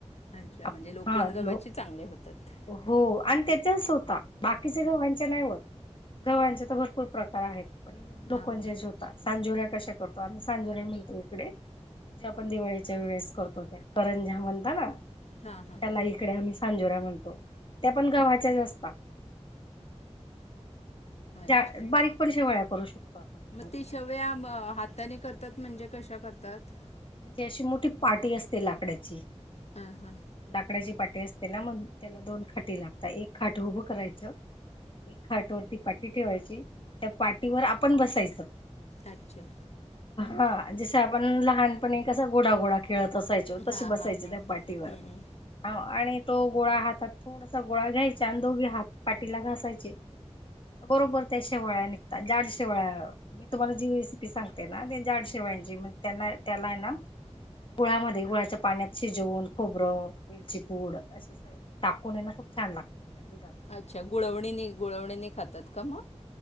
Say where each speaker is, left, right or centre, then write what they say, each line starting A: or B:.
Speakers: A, on the left; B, on the left.
A: अच्छा
B: आप
A: म्हणजे लोकवन
B: हा लो
A: गव्हाचे चांगले होतात.
B: हो आणि त्याच्याच होता, बाकीच्या गव्हाच्या नाही होत. गव्हाचे तर भरपूर प्रकार आहेत, पण लोकवनचेच
A: हां हां
B: होतात. सांजुऱ्या कशा करतो आम्ही? सांजोऱ्या म्हणतो इकडे, जे आपण दिवाळीच्या वेळेस करतो त्या. करंज्या म्हणता ना?
A: हां हां
B: त्याला इकडे आम्ही सांजोऱ्या म्हणतो, त्या पण गव्हाच्याच असता. ज्या
A: अच्छा
B: बारीक पण शेवाळ्या करू शकतो आपण.
A: ती शेवया
B: याच्या
A: हाताने करतात म्हणजे कशा करतात?
B: ती अशी मोठी पाटी असते लाकडाची.
A: हा हा.
B: लाकडाची पाटी असते ना, मंग त्याला दोन खाटी लागतात, एक खाट उभं करायचं एक खाट वरती पाटी ठेवायची, त्या पाटीवर आपण बसायचं.
A: अच्छा.
B: हा जस आपण लहानपणी, कसा घोडा घोडा खेळत असायचो तस,
A: हां
B: बसायच
A: हां हां
B: त्या पाठीवर
A: हम्म.
B: हाव आणि तो गोळा हातात थोडासा गोळा घ्यायचा आणि दोघे हात पाटीला घासायचे. बरोबर त्या शेवाळ्या निघतात री मी तुम्हाला जी रेसिपी सांगते ना, त्या जाड शेवाळ्याची, मग त्यांना त्याला हाय ना? गुळामध्ये, गुळाच्या पाण्यात शिजवून खूप खोबर, वेलचीपूड असे सर्व टाकून ये ना खूप छान लागतं. त्या दुधात
A: अच्छा, गुळवणीनी गुळवणीनी खातात का मग?